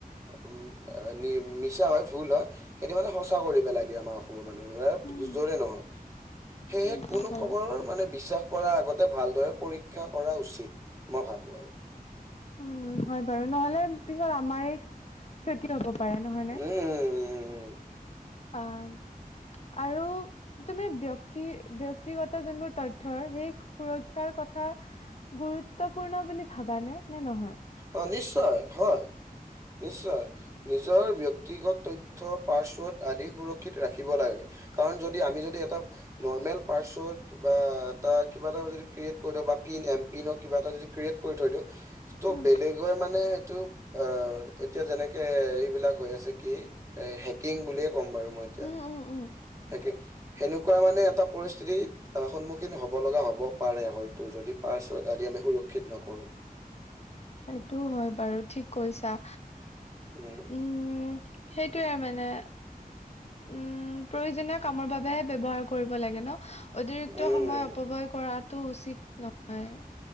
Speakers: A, on the right; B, on the left.
A: উম নি মিছা হয়, ভুল হয়, সেইটো মানে সঁচা কৰি পেলাই দিয়ে আমাৰ অ সমৰ মানুহ বোৰে,
B: উম
A: যৰে নহওঁক। সেয়েহে
B: উম,
A: কোনো
B: হয় বাৰু
A: খবৰ মানে বিশ্বাস কৰাৰ আগত তে ভালদৰে পৰীক্ষা কৰা উচিত, মই ভাবো আৰু।
B: উম, হয় বাৰু নহ'লে পিছত আমাৰেই ক্ষতি হ'ব পাৰে নহয় নে?
A: উম উম উম উম
B: আহ আৰু - তুমি ব্যক্তি ব্যক্তিগত যোনবোৰ তথ্যৰ সেই সুৰক্ষাৰ কথা - গুৰুত্বপূৰ্ণ বুলি ভাবানে নে নহয়?
A: অ', নিশ্চয় হয়, নিশ্চয়। নিজৰ ব্যক্তিগত তথ্য পাচৱাৰ্ড আদি সুৰক্ষিত ৰাখিব লাগে। কাৰণ যদি আমি যদি এটা নৰ্মেল পাচৱাৰ্ড বা এটা কিবা এটা যদি - ক্ৰীয়েত কৰি থবা, পিন এম পিনত কিবা এটা যদি ক্ৰিয়েট কৰি থৈ দিওঁ, ত'
B: উম
A: বেলেগে মানে - এইটো অ', এতিয়া যেনেকে এইবিলাক হৈ আছে কি - এ হেকিং বুলিয়ে ক'ম বাৰু মই এতিয়া।
B: উম উম উম।
A: হেকি, সেনেকুৱা মানে এটা পৰিস্থিতি সন্মুখীন হ'ব লগা হ'ব - পাৰে হয়তো যদি পাচৱাৰ্ড আদি আমি সুৰক্ষিত নকৰোঁ।
B: সেইটোও হয় বাৰু ঠিক কৈছা।
A: উম
B: উম সেইটোয়ে মানে উম প্ৰয়োজনীয় কামৰ বাবেহে ব্যৱহাৰ কৰিব লাগে ন। অতিৰিক্ত
A: উম,
B: সময় অপব্যয় কৰাটো উচিত নহয়